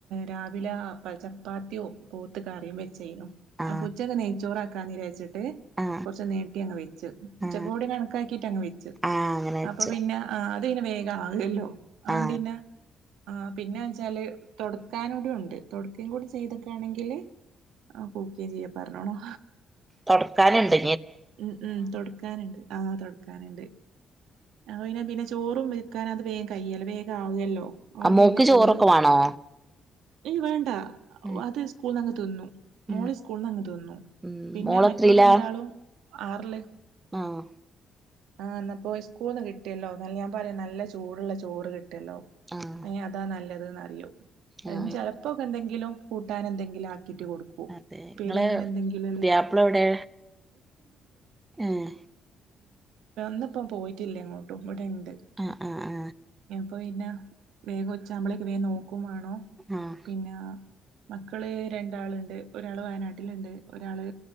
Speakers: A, on the right; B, on the right.
A: രാവിലെ ചപ്പാത്തിയും പോത്ത് കറിയും വെച്ച്
B: ആ
A: അപ്പൊ ഉച്ചക്ക് നെയ്ച്ചോറാക്കാന്ന്ച്ചിട്ട്
B: ആ
A: കുറച്ച് നീട്ടി അങ്ങ് വെച്ചു ഉച്ചക്കൂടി
B: ആ
A: കണക്കാക്കിട്ട് അങ്ങ് വെച്ചു
B: ആ അങ്ങനെ വെച്ചു
A: അപ്പൊ പിന്നെ ആ അത് പിന്നെ വേഗം ആകല്ലോ അതുകൊണ്ടന്നെ
B: ആ
A: ആ പിന്നെച്ചാല് തൊടക്കാനൂടി ഉണ്ട് തൊടക്കും കൂടി ചെയ്തക്കയാണെങ്കില് ആ ചെയ്യാ പറഞ്ഞോളാ
B: തൊടക്കാനുണ്ട്
A: ഉം ഉം തൊടക്കാനുണ്ട് ആഹ് തൊടക്കാനുണ്ട് അ പിന്നെ പിന്നെ ചോറും വയ്ക്കാൻ അത് വേഗം കയ്യല്ലോ വേഗമാവൂലല്ലോ ഓണ്ടന്നെ
B: ആ മോൾക്ക്
A: ചോറ്
B: ചോറൊക്കെ വേണോ
A: വേണ്ട
B: ഉം
A: അത് സ്കൂള നിങ്ങ് തിന്നു
B: ഉം
A: മോളി സ്കൂൾന്ന് വന്ന് തിന്നു.
B: ഉം
A: പിന്നെ
B: മോളെത്രീലാ
A: മറ്റോല് രണ്ടാളും ആറ്‌ല്
B: ആഹ്
A: ആ ന്നാപ്പോ ഇന്ന് സ്കൂൾന്ന് കിട്ടിയല്ലോ എന്നാല ഞാൻ പറയാ നല്ല ചൂടുള്ള ചോറ് കിട്ടും ല്ലോ
B: ആഹ്
A: അ അതാ നല്ലത്ന്ന് അറിയോ അതിനു
B: ആഹ്
A: ചെലപ്പോൊക്കെ എന്തെങ്കിലും കൂട്ടാൻ എന്തെങ്കിലും ആക്കിട്ട് കൊടുക്കും.
B: അതെ
A: ഉപ്പേരി
B: ഇങ്ങളെ
A: അങ്ങനെ എന്തെങ്കിലുണ്ടെങ്കില്
B: പുതിയാപ്ല എവിടെ ഏഹ്
A: ന്ന്പ്പോ പോയിട്ടില്ല എങ്ങോട്ടും ഇവിടെണ്ട്
B: ആ ആ ആ
A: അപ്പൊ പിന്നെ വേഗം ഉച്ചാവുമ്പോളേക്ക് വേം നോക്കും വാണം
B: ആഹ്
A: പിന്നെ മക്കള് രണ്ടാളുണ്ട് ഒരാള് വയനാട്ടിലുണ്ട് ഒരാള്